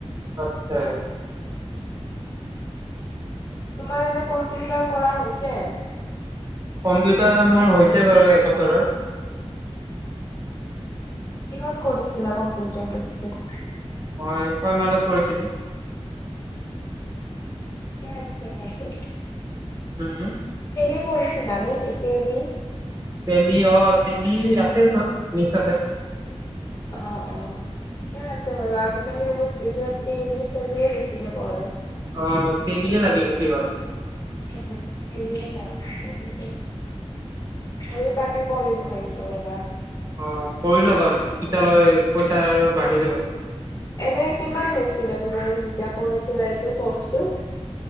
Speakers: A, on the right (about 35°); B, on the left (about 35°).
A: আচ্ছা
B: তোমাৰ এনে কম্পিউটাৰ কৰা হৈছে
A: কম্পিউটাৰ মোৰ হৈছে বাৰু একবছৰত
B: কিহত কৰিছিলা কম্পিউটাৰটো পিছে
A: মই ছয় মাইলত পৰিছিলো
B: কাই আছে আৰু
A: উম
B: তেলি কৰিছিলা নে কি তেলি
A: তেলি অ তেলি আছে চব মিক্স আছে
B: অ অ ঠিকে আছে বাৰু আজিকালিত বেছিভাগ ইংলিছ এনেই বেছিকে পৰে
A: অ তেলিয়ে লাগে বেছি ভাগ
B: উম এনে আৰু তাকে কৰিব লাগিব ৰবা
A: অ কৰি লবা পিছলৈ পইচা আৰু বাঢ়ি যাব
B: এনে কিমান লৈছিলে তোমাৰ যেতিয়া কৰিছিলা এইটো কৰ্চটো